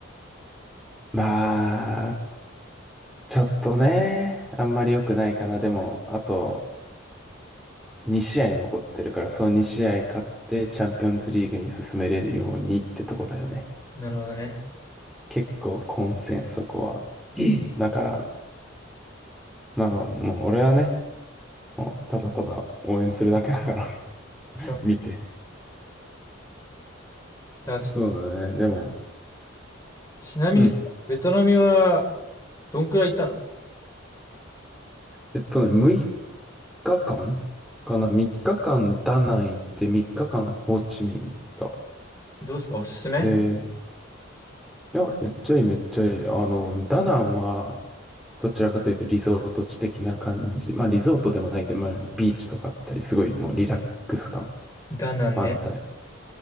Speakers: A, in the centre; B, on the left (about 15°).
A: まあ、ちょっとね、あんまり良くないかな。でも、あと2試合残ってるから、そう2試合勝ってチャンピオンズリーグに進めれるようにってとこだよね。
B: なるほどね。
A: 結構混戦、そこは。<clears throat> だから、まあ、もう俺はね、もうただただ応援するだけだから <laughs>
B: そう。
A: 見て。
B: なんかちょっと、
A: そうだね。でも、
B: ちなみにさ、
A: うん。
B: ベトナムはどんくらいいたの
A: えっとね、6日間かんかな ?3 日間ダナン行って、3日間ホーチミン行った。
B: どうですかおすすめ
A: で、いや、めっちゃいい、めっちゃいい。あの、ダナンは、どちらかというとリゾート地的な感じ。まあ、リゾートでもないけど、まあ、ビーチとかあったり、すごいもうリラックス感
B: ダナンね。
A: 満載。